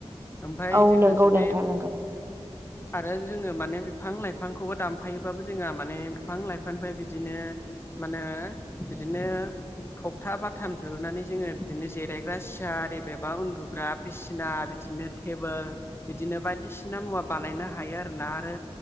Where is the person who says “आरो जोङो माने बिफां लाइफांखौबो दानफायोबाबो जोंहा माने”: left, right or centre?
Left